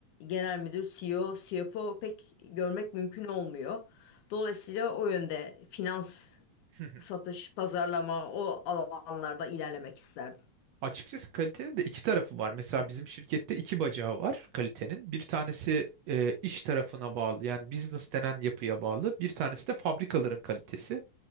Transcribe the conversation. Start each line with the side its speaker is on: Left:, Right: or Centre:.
Left: genel müdür, CEO, CFO pek görmek mümkün olmuyor. Dolayısıyla o yönde finans,
Right: Hı hı.
Left: satış,
Right: <laughs>
Left: pazarlama o alanlarda ilerlemek isterdim.
Right: Açıkçası kalitenin de iki tarafı var. Mesela bizim şirkette iki bacağı var kalitenin. Bir tanesi e, iş tarafına bağlı yani business denen yapıya bağlı. Bir tanesi de fabrikaların kalitesi.